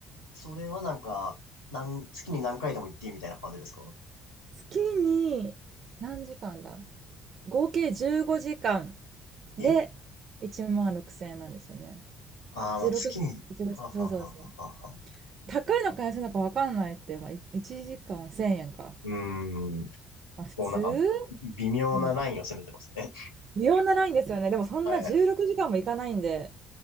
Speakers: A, on the left; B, on the right.
A: それはなんか、なん月に何回でも行っていいみたいな感じですか
B: 月に何時間だ合計15時間
A: え
B: で1万6000円なんですよね。
A: ああー、
B: 16時、
A: まあ月に、
B: 15時、
A: はあはあはあはあはあ。
B: そうそうそう。高いのか安いのか分かんないって、まあ、1時間1000円か。
A: うーん。
B: まあ、普通
A: こうなんか、微妙なラインを攻めてますね。
B: うん。微妙なラインですよね。でもそんな16時間もいかないんで、
A: <laughs> はい。